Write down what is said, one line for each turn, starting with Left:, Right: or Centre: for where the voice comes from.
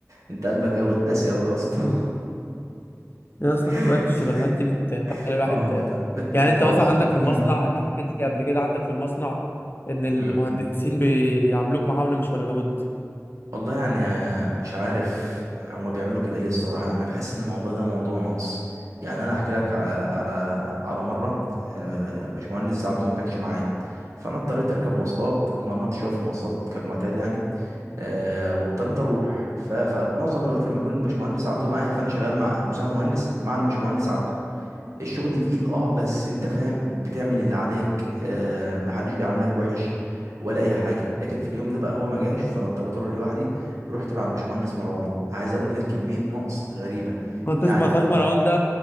Right: انت قلبك قوي قاسي قوي يا اسطى
Left: يا اسطى
Right: <laughs>
Left: خلي بالك الشغلانات دي بتخلي الواحد
Right: اه بت... بت...
Left: يعني
Right: بتبوظ
Left: انت مثلا عندك في المصنع
Right: <laughs>
Left: انت حكيت لي قبل كده عندك في المصنع ان المهندسين
Right: مم.
Left: بيعاملوك معامله مش ولا بد
Right: والله يعني آه، مش عارف هما بيعملوا كده ليه الصراحة أنا بحس إن الموضوع ده موضوع نقص يعني أنا هحكي لك على على على مرة آه، باشمهندس عبده ما كانش معايا فأنا اضطريت أركب مواصلات اتمرمطت شوية في المواصلات كالمعتاد يعني آه، واضطريت أروح ف- فمعظم الوقت لما يكون الباشمهندس عبده معايا فأنا شغال مع مساعد مهندس مع الباشمهندس عبده الشغل تقيل اه بس انت فاهم بتعمل اللي عليك آه محدش بيعاملك وحش ولا اي حاجه لكن في اليوم ده بقى هو ما جاش فانا اضطريت اروح لوحدي رحت مع الباشمهندس مروان عايز اقول لك كميه نقص غريبه
Left: ما تس-
Right: يعني
Left: ما تعرفش مروان ده